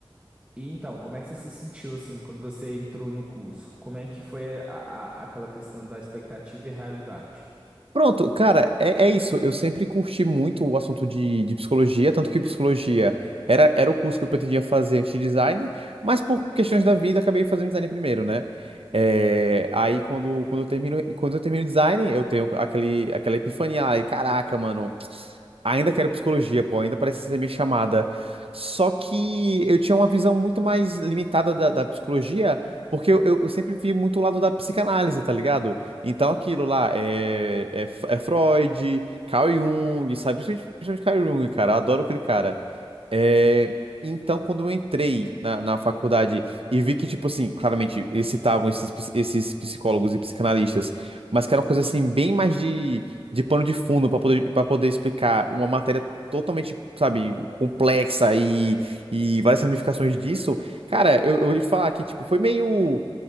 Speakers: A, on the right (about 15°); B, on the right (about 80°).
A: E então, como é que você se sentiu, assim, quando você entrou no curso? Como é que foi a, a- aquela questão da expectativa e realidade?
B: Pronto, cara, é, é isso. Eu sempre curti muito o assunto de, de psicologia, tanto que psicologia era, era o curso que eu pretendia fazer antes de design, mas por questões da vida acabei fazendo design primeiro, né? É, aí quando, quando eu termino, e quando eu termino design, eu tenho aquele, aquela epifania, ai, caraca, mano, ainda quero psicologia, pô, ainda parece ser minha chamada. Só que eu tinha uma visão muito mais limitada da, da psicologia, porque eu, eu eu sempre vi muito o lado da psicanálise, tá ligado? Então, aquilo lá é, é, F- é Freud, Carl Jung, sabe? Principalmente, principalmente Carl Jung, cara. Eu adoro aquele cara. É, então, quando eu entrei na, na faculdade e vi que, tipo assim, claramente eles citavam esses, ps- esses psicólogos e psicanalistas, mas que era uma coisa assim, bem mais de, de pano de fundo para poder, para poder explicar uma matéria totalmente, sabe, complexa e, e várias ramificações disso. Cara, eu, eu vou te falar que, tipo, foi meio